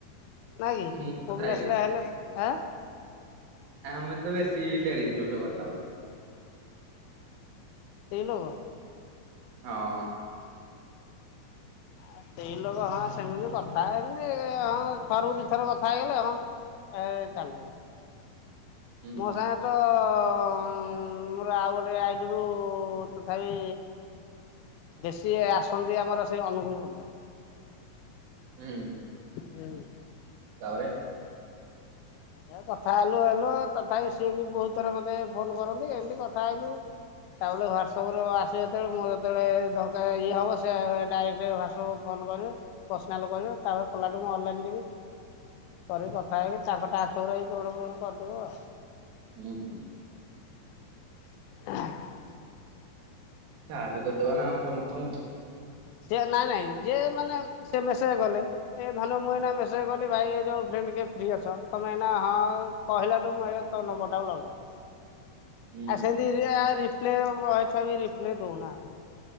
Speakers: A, on the left; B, on the right.
A: ନାଇଁ କି?
B: ମୁଁ
A: ପୁଅପିଲା
B: କଥା ହେଇ ପଡେ
A: ସିନା ହେଲେ ଆଁ
B: ଆମେ ତ ବେଶୀ ଲେଡିଜଙ୍କ ସହ କଥା ହଉଛୁ।
A: ସେଇ ଲୋକ?
B: ହଁ।
A: ଆ ସେଇ ଲୋକ ହଁ ସେମିତି କଥା ହେବି, ହଁ ଥରକୁ ଦି ଥର କଥା ହେଇଗଲେ ହଁ ଏ ଚାଲିବ।
B: ହୁଁ
A: ମୋ ସାଙ୍ଗେ ତ ତ, ମୋର ଆଉ ଗୋଟେ ଆଇଡିରୁ ତଥାପି ବେଶୀ ଆସନ୍ତି ଆମର ସେଇ ଅନୁଗୁଳ ପଟୁ।
B: ହୁଁ।
A: ହୁଁ।
B: ତାପରେ
A: ଏ କଥା ହେଲୁ ହେଲୁ, ତଥାପି ସିଏ ବି ବହୁତ ଥର ମତେ ଫୋନ କରନ୍ତି, ଏମତି କଥା ହେଲୁ ତା ବୋଲେ ହ୍ୱାଟସଆପରୁ ଆସିବେ ଯେତେବେଳେ, ମୁଁ ଯେତେବେଳେ ଦରକାର ଇଏ ହବ, ସିଏ ଡାଇରେକ୍ଟ ହ୍ଵାଟସଆପକୁ କଲ୍ ଫୋନ୍ କରିବେ, ପର୍ସନାଲ କରିବେ, ତାପରେ କଲାଠୁ ମୁଁ ଅନଲାଇନ୍ ଯିବି କରିିକି କଥା ହେଇକି, ତାଙ୍କ ଟାସ୍କ ଗୁରା ବି ପୂରଣ ଫୁରଣ କରିଦବୁ ଆଉ।
B: ହୁଁ।
A: ହାଁ,
B: ସାହାଯ୍ୟ କରିଦବା ନା ଆଉ ସମସ୍ତଙ୍କୁ।
A: ଯିଏ ନାଇଁ ନାଇଁ, ଯିଏ ମାନେ ସେ ମେସେଜ କଲେ, ଏ ଧନ ମୁଁ ଏଇନା ମେସେଜ କନି ଭାଇ ଏ ଯୋଉ ଫ୍ରେ ତମେ କେବେ ଫ୍ରି ଅଛ, ତମେ ଏଇନା ହଁ, କହିଲାଠୁ ମୁଁ ଏଇକା ତମ ନମ୍ୱରଟାକୁ ଲଗେଇଲିି।
B: ହୁଁ
A: ହଁ ସେନ୍ତି ହିରିକା ରିପ୍ଲେ, ବହେ ଛୁଆ ବି ରିପ୍ଲେ ଦଉନାହାଁନ୍ତି।